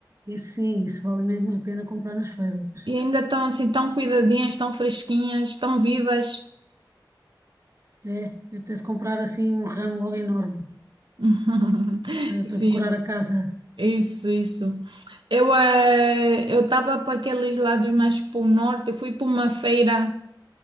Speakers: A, on the right; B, on the right.
A: isso sim, isso vale mesmo a pena comprar nas feiras.
B: E ainda estão assim tão cuidadinhas, tão fresquinhas, tão vivas.
A: É, apetece comprar assim um ramo logo enorme.
B: <laughs>
A: para, para
B: Sim,
A: decorar a casa.
B: isso, isso. Eu eh, eu estava para aqueles lados mais para o norte, fui para uma feira,